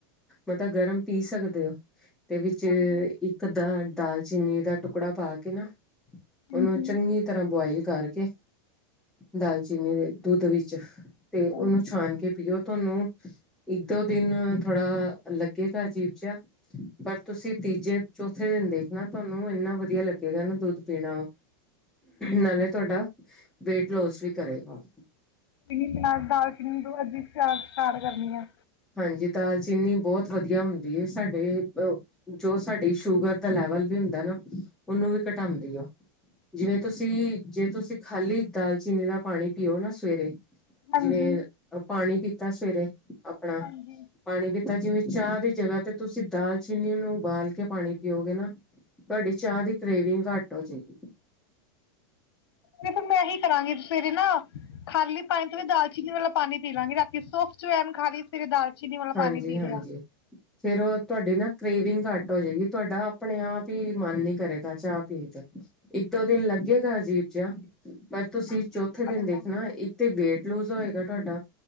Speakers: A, in the centre; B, on the left (about 80°).
A: ਮਤਲਬ ਗਰਮ ਪੀ ਸਕਦੇ ਹੋ 'ਤੇ ਵਿੱਚ ਇੱਕ
B: ਹਾਂਜੀ
A: ਅੱਦਾ ਦਾਲਚੀਨੀ ਦਾ ਟੁਕੜਾ ਪਾ ਕੇ ਨਾ,
B: ਹਾਂਜੀ
A: ਉਹਨੂੰ ਚੰਗੀ ਤਰ੍ਹਾਂ ਬੁਆਇਲ ਕਰਕੇ, ਦਾਲਚੀਨੀ ਦੇ ਦੁੱਧ ਵਿੱਚ 'ਤੇ ਉਹਨੂੰ
B: ਹਾਂਜੀ
A: ਛਾਣ ਕੇ ਪੀਓ ਤੁਹਾਨੂੰ ਇੱਕ- ਦੋ ਦਿਨ ਥੋੜਾ ਲੱਗੇਗਾ, ਅਜੀਬ ਜਿਹਾ ਪਰ ਤੁਸੀਂ ਤੀਜੇ-ਚੌਥੇ ਦਿਨ ਦੇਖ ਨਾ ਤੁਹਾਨੂੰ ਇੰਨਾ ਵਧੀਆ ਲੱਗੇਗਾ ਨਾ ਦੁੱਧ ਪੀਣਾ ਉਹ ਨਾਲ਼ੇ ਤੁਹਾਡਾ ਵੇਟ ਲੋਸ ਵੀ ਕਰੇਗਾ।
B: ਕਿੰਨੀ ਦਿਨਾਂ ਦਾਲਚੀਨੀ <unintelligible> ਅਸੀਂ‌ ਸਟਾਰਟ ਕਰਨੀ ਆ।
A: ਹਾਂਜੀ, ਦਾਲਚੀਨੀ ਬਹੁਤ ਵਧੀਆ ਹੁੰਦੀ ਏ ਸਾਡੇ ਜੋ ਸਾਡੀ ਸ਼ੂਗਰ ਦਾ ਲੈਵਲ ਵੀ ਹੁੰਦਾ ਨਾ ਉਹਨੂੰ ਵੀ ਘਟਾਉਂਦੀ ਆ। ਜਿਵੇਂ ਤੁਸੀਂ ਜੇ ਤੁਸੀਂ ਖਾਲੀ ਦਾਲਚੀਨੀ ਦਾ ਪਾਣੀ ਪੀਓ ਨਾ ਸਵੇਰੇ
B: ਹਾਂਜੀ
A: ਜਿਵੇਂ ਪਾਣੀ ਪੀਤਾ ਸਵੇਰੇ ਆਪਣਾ
B: ਹਾਂਜੀ
A: ਪਾਣੀ ਪੀਤਾ ਜਿਵੇਂ ਚਾਹ ਦੀ ਜਗ੍ਹਾ ਤੇ ਤੁਸੀਂ ਦਾਲਚੀਨੀ ਨੂੰ ਉਬਾਲ ਕੇ ਪਾਣੀ ਪੀਓਗੇ ਨਾ ਤੁਹਾਡੀ ਚਾਹ ਦੀ ਕਰੇਵਿੰਗ ਘੱਟ ਹੋ ਜਾਏਗੀ।
B: 'ਤੇ ਫਿਰ ਮੈਂ ਹੀ ਕਰਾਂਗੀ ਸਵੇਰੇ ਨਾ ਖਾਲੀ ਪਾਣੀ ਤੇ ਦਾਲਚੀਨੀ ਮਤਲਬ ਪਾਣੀ ਪੀ ਲਾਂਗੇ ਰਾਤੀ ਸੋਫ ਜਵਇਨ ਖਾਲੀ ਸਵੇਰੇ ਦਾਲਚੀਨੀ ਵਾਲਾ
A: ਹਾਂਜੀ-ਹਾਂਜੀ
B: ਪਾਣੀ ਪੀ ਲਿਆ।
A: ਫੇਰ ਉਹ ਤੁਹਾਡੀ ਨਾ ਕਰੇਵਿੰਗ ਘੱਟ ਹੋ ਜਾਏਗੀ, ਤੁਹਾਡਾ ਆਪਣੇ ਆਪ ਹੀ ਮਨ ਨਹੀਂ ਕਰੇਗਾ ਚਾਹ ਪੀਣ ਕੇ ਇੱਕ ਦੋ ਦਿਨ ਲੱਗੇਗਾ ਅਜੀਬ ਜਿਹਾ, ਪਰ ਤੁਸੀਂ
B: ਹਾਂਜੀ
A: ਚੌਥੇ
B: ਉਹ ਤੇ
A: ਦਿਨ
B: ਬਣਦਾ
A: ਦੇਖਣਾ ਇੱਕ 'ਤੇ ਵੇਟ ਲੂਜ ਹੋਏਗਾ ਤੁਹਾਡਾ